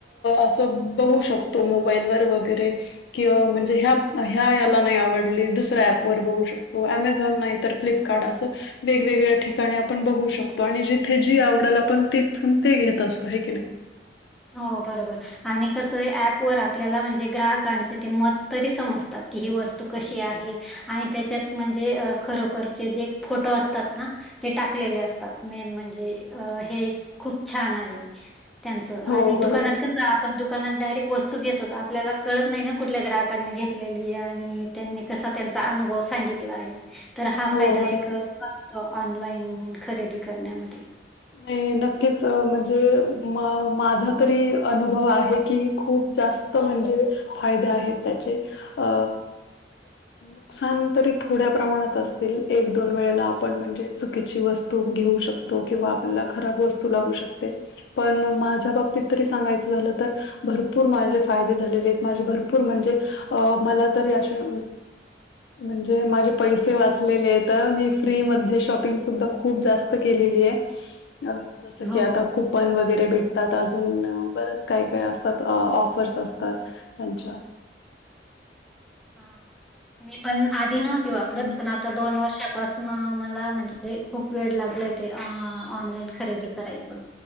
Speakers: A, on the left; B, in the centre.
A: असं बघू शकतो, मोबाईल वर वगैरे किंवा म्हणजे ह्या ह्या याला नाही आवडली, दुसऱ्या ऍप ववर बघू शकतो, अमेझॉन, नाही तर फ्लिपकार्ट असं वेगवेगळ्या ठिकाणी आपण बघू शकतो, आणि जिथे जी आवडल, आपण तिथून ते घेत असतो, होय की नाही
B: हो बरोबर. आणि कसं ऍपवर आपल्याला म्हणजे, ग्राहकांचे ते मत तरी समजतात, की ही वस्तू कशी आहे? आणि त्याच्यात म्हणजे खरोखरचे जे फोटो असतात ना, ते टाकलेले असतात मेन म्हणजे हे खूप छान आहे त्यां आणि
A: हो, बरोबर.
B: दुकानात कसं आपण दुकानात डायरेक्ट वस्तू घेत होत आपल्याला कळत नाही ना कुठल्या ग्राहकांनी घेतलेली आणि त्यांनी कसा त्यांचा अनुभव सांगितला आहे. तर हा
A: हो,
B: फायदा
A: बरोबर.
B: एक असतो ऑनलाईन खरेदी करण्यामध्ये
A: नाही नक्कीच म्हणजे म माझा तरी अनुभव आहे की खूप जास्त म्हणजे फायदे आहेत त्याचे अ नुकसान तरी थोड्या प्रमाणात असतील एक दोन वेळेला आपण म्हणजे चुकीची वस्तू घेऊ शकतो. त किंवा आपल्याला खराब वस्तू लागू शकते पण माझ्या बाबतीत तरी सांगायचं झालं तर भरपूर माझे फायदे झालेले आहेत माझे भरपूर म्हणजे अ मला तरी असे म्हणजे माझे पैसे वाचलेले तर मी फ्री मध्ये शॉपिंग सुद्धा खूप जास्त केलेली आहे जस
B: हो.
A: की आता कुपन वगैरे भेट त्यात अजून बरेच काय काय असतात ऑफर्स असतात त्यांच्या
B: ह मी पण आधी नव्हती वापरत
A: हं,
B: पण आ आता दोन वर्षापासून मला म्हणजे खूप वेड लागला ते ऑनलाईन खरेदी करायचं.